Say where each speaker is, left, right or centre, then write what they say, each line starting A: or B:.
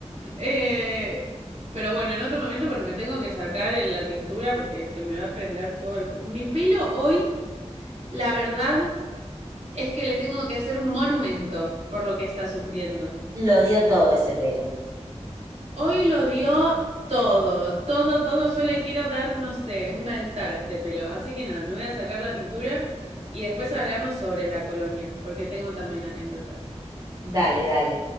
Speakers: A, on the right (about 70°); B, on the right (about 30°).
A: Eh, pero bueno, en otro momento, porque me tengo que sacar el- la tintura, porque se me va a prender fuego el... pe- Mi pelo hoy, la verdad, es que le tengo que hacer un monumento por lo que está sufriendo.
B: Lo dio todo ese pelo.
A: Hoy lo dio todo, todo, todo. Yo le quiero dar, no sé, un altar a este pelo. Así que nada, me voy a sacar la tintura y después hablamos sobre la colonia, porque tengo también anécdotas.
B: Dale, dale.